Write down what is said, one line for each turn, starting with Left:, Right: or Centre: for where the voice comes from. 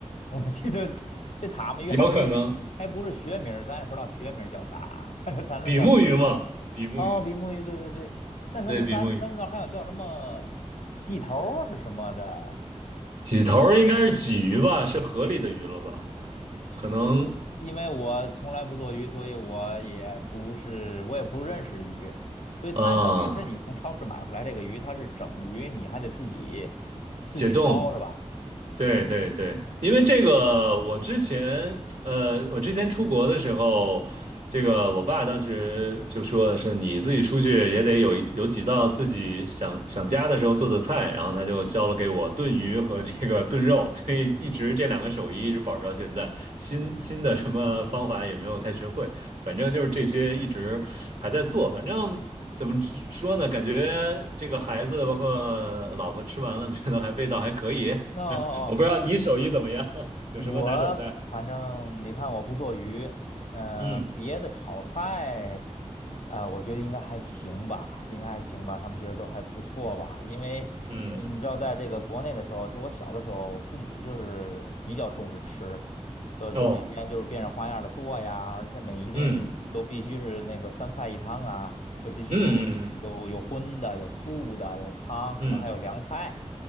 Left: 我们这这这塔目鱼还不是学还不是学名儿咱也不知道学名儿叫啥，
Right: 有可能
Left: 反正咱那叫塔
Right: 比目鱼嘛，比目鱼，
Left: 哦，比目鱼，对对对。但咱咱咱咱这还有叫什么鸡头儿是什么的？
Right: 对，比目鱼，几头儿应该是鲫鱼吧，是河里的鱼了吧？可能
Left: 这因为我从来不做鱼，所以我也不是我也不认识鱼，所以它等于是你从超市买回来这个鱼，
Right: 啊，
Left: 它是整鱼，你还得自己自己抛是吧？
Right: 解冻对对对，因为这个，我之前呃，我之前出国的时候，这个我爸当时就说说你自己出去也得有有几道自己想想家的时候做的菜，然后他就教了给我炖鱼和这个炖肉，所以一直这两个手艺一直保持到现在，新新的什么方法也没有太学会。反正就是这些一直还在做，反正怎么说呢？感觉这个孩子包括老婆吃完了，觉得还味道还可以。
Left: 那
Right: <laughs> 我不知道你手艺怎么样，<laughs> 有什么拿手菜？
Left: 我反正你看，我不做鱼，嗯、
Right: 嗯
Left: 别的炒菜，呃，我觉得应该还行吧，应该还行吧，他们觉得都还不错吧，因为呃你知道，
Right: 嗯
Left: 在这个国内的时候，就我小的时候，我父母就是比较重视吃，所以就每天就是变着花样的做呀，
Right: 哦
Left: 而且每一顿都必须是那个三菜一汤啊，
Right: 嗯
Left: 就必须有有有荤的，
Right: 嗯嗯
Left: 有素的，有汤，可能还有凉菜，
Right: 嗯